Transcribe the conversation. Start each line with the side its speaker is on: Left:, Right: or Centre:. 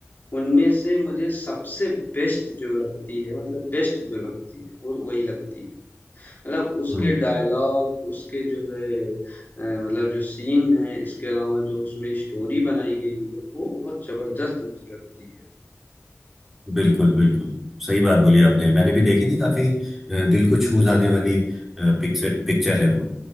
Left: उनमें से मुझे सबसे बेस्ट जो लगती है मतलब बेस्ट जो लगती है, वो वही लगती है। मतलब उसके
Centre: हम्म
Left: डायलॉग उसके जो है अ, मतलब जो सीन है इसके अलावा जो उसमें स्टोरी बनाई गई है वो बहुत जबरदस्त मुझे लगती है
Centre: बिल्कुल बिल्कुल सही बात बोली आपने मैंने भी देखी थी काफी अ, दिल को छू जाने वाली पिक्चर पिक्चर है वो